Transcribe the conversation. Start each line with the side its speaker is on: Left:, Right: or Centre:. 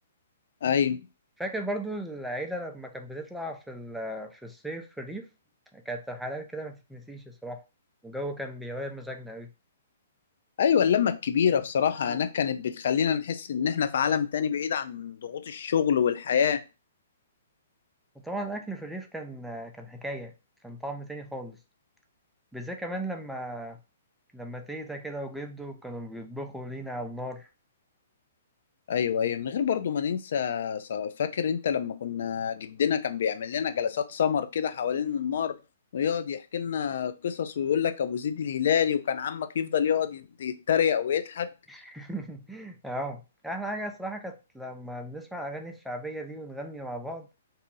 Left: ايوه
Centre: فاكر برضو العيلة لما كانت بتطلع في ال- في الصيف في الريف كانت رحلات كده ما تتنسيش الصراحة والجو كان بيغير مزاجنا أوي
Left: ايوه اللمه الكبيره بصراحه هناك كانت بتخلينا نحس ان احنا في عالم تاني بعيد عن ضغوط الشغل والحياه
Centre: وطبعا الأكل في الريف كان كان حكاية كان طعم تاني خالص بالذات كمان لما لما تيتا كده وجدو كانوا بيطبخوا لينا على النار
Left: ايوه ايوه من غير برضو ما ننسى ص- فاكر انت لما كنا جدنا كان بيعمل لنا جلسات سمر كده حوالين النار ويقعد يحكي لنا قصص ويقول لك ابو زيد الهلالي وكان عمك يفضل يقعد يت- يتريق ويضحك
Centre: <laughs> اه أحلى حاجة الصراحة كانت لما بنسمع الأغاني الشعبية دي ونغني مع بعض